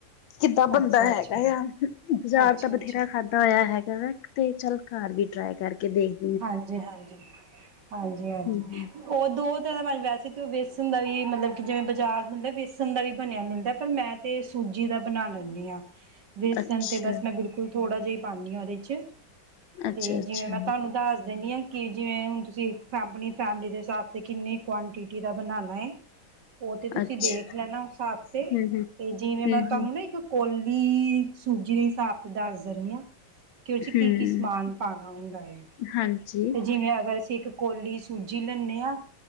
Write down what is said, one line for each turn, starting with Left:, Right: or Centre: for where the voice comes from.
Left: ਕਿੱਦਾਂ ਬੰਦਾ
Right: ਅੱਛਾ
Left: ਹੈਗਾ
Right: ਅੱਛਾ
Left: ਆ ਬਾਜ਼ਾਰ
Right: ਅੱਛਾ
Left: ਤਾਂ ਬਥੇਰਾ
Right: ਅੱਛਾ
Left: ਖਾਧਾ ਹੋਇਆ ਹੈਗਾ ਵ ਤੇ ਚੱਲ ਘਰ ਵੀ ਟਰਾਈ ਕਰਕੇ ਦੇਖ
Right: ਹਾਂਜੀ ਹਾਂਜੀ ਹਾਂਜੀ ਹਾਂਜੀ
Left: ਹੂੰ ਹੂੰ
Right: ਉਹ ਦੋ ਤਰ੍ਹਾਂ ਵੈਸੇ ਤਾਂ ਉਹ ਵੇਸਣ ਦਾ ਵੀ ਮਤਲਬ ਕਿ ਜਿਵੇਂ ਬਾਜ਼ਾਰ ਮਤਲਬ ਵੇਸਣ ਦਾ ਵੀ ਬਣਿਆ ਮਿਲਦਾ ਪਰ ਮੈਂ ਤੇ ਸੂਜੀ ਦਾ ਬਣਾ ਲੈਂਦੀ ਹਾਂ ਵੇਸਣ
Left: ਅੱਛਾ
Right: ਤੇ ਬਸ ਮੈਂ ਬਿਲਕੁਲ ਥੋੜਾ ਜਿਹਾ ਪਾਉਦੀ ਹਾਂ ਉਹਦੇ ਚ
Left: ਅੱਛਾ
Right: ਤੇ
Left: ਅੱਛਾ
Right: ਜਿਵੇਂ ਮੈਂ ਤਾਨੂੰ ਦੱਸ ਦਿੰਦੀ ਹਾਂ ਕਿ ਜਿਵੇਂ ਹੁਣ ਤੁਸੀਂ ਫੈਪਣੀ ਫੈਮਿਲੀ ਦੇ ਹਿਸਾਬ 'ਤੇ ਕਿੰਨੀ ਕੁਆਂਟਿਟੀ ਦਾ ਬਣਾਉਣਾ ਹੈਏ ਉਹ ਤੇ ਤੁਸੀਂ
Left: ਅੱਛਾ
Right: ਦੇਖ ਲੈਣਾ ਹਿਸਾਬ ਤੇ
Left: ਹੂੰ ਹੂੰ
Right: ਤੇ ਜਿਵੇਂ
Left: ਹੂੰ
Right: ਮੈਂ ਤੁਹਾਨੂੰ
Left: ਹੂੰ
Right: ਨਾ ਇੱਕ ਕੋਲੀ ਸੂਜੀ ਦੇ ਹਿਸਾਬ ਅਤੇ ਦੱਸ ਦਿੰਦੀ ਹਾਂ ਕਿ ਉਹ 'ਚ
Left: ਹੂੰ
Right: ਕੀ ਕੀ ਸਮਾਨ ਪਾਉਣਾ ਹੁੰਦਾ ਹੈ।
Left: ਹਾਂਜੀ
Right: ਤੇ ਜਿਵੇਂ ਅਗਰ ਅਸੀਂ ਇੱਕ ਕੌਲੀ ਸੂਜੀ ਲੈਂਦੇ ਹਾਂ